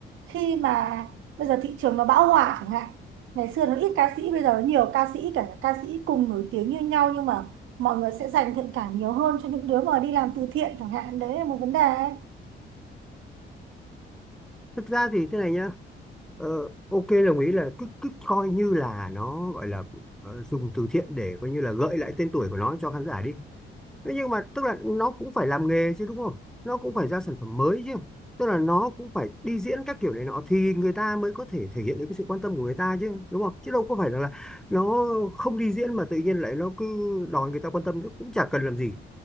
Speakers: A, on the right; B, in the centre.
A: khi mà bây giờ thị trường nó bão hòa chẳng hạn ngày xưa nó ít ca sĩ bây giờ nó nhiều ca sĩ cả ca sĩ cùng nổi tiếng như nhau nhưng mà mọi người sẽ dành thiện cảm nhiều hơn cho những đứa mà đi làm từ thiện chẳng hạn đấy là một vấn đề ấy.
B: thực ra thì thế này nhá ờ, ok đồng ý là cứ cứ coi như là nó gọi là ờ, dùng từ thiện để coi như là gợi lại tên tuổi của nó cho khán giả đi thế nhưng mà tức là nó cũng phải làm nghề chứ đúng không nó cũng phải ra sản phẩm mới chứ tức là nó cũng phải đi diễn các kiểu này nọ thì người ta mới có thể thể hiện được cái sự quan tâm của người ta chứ đúng không chứ đâu có phải là, là nó không đi diễn mà tự nhiên lại nó cứ đòi người ta quan tâm chứ cũng chả cần làm gì